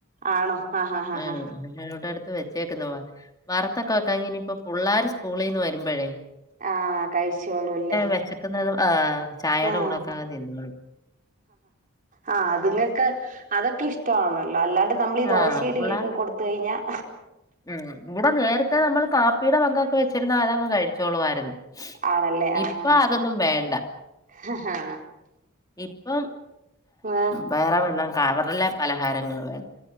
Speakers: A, on the right; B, on the left.
A: ആണോ ആഹ് ആഹ് ആഹ്
B: ആ ഞോടെ അടുത്ത് വെ ചേക്കുന്ന വ വറുത്തൊക്കെ വെക്കാ ഇനിയിപ്പൊ പുള്ളാര് സ്കൂളിന്ന് വരുമ്പോഴേ
A: ആഹ് കഴിച്ചോളൂല്ലേ
B: വെശക്കുന്നത് ആഹ് ചായയുടെ
A: ആഹ്
B: കൂടക്കാങ്ങ തിന്ന
A: ആ അത്ങ്ങൊക്കെ അതൊ ഇഷ്ട ആണ അല്ലാണ്ട് നമ്മൾ ഈ
B: ആഹ്
A: ദോശയുടെ
B: പുള്ളാർക്ക്
A: ഇഡലിയൊക്കെ കൊടുത്ത കഴിഞ്ഞാൽ
B: ഉം ഇവിടെ നേരത്തെ നമ്മൾ കാപ്പിയുടെ വക വെച്ചിരുന്നാൽ അതങ്ങ് കഴിച്ചോളു വായിരുന്നു.
A: ആണല്ലേ ആഹ്
B: ഇപ്പൊ അതൊന്നും വേണ്ട
A: ആഹ്
B: ഇപ്പം
A: ആഹ്
B: ബേറെ വല്ലം. കവറിലെ പലഹാരങ്ങൾ വേണം.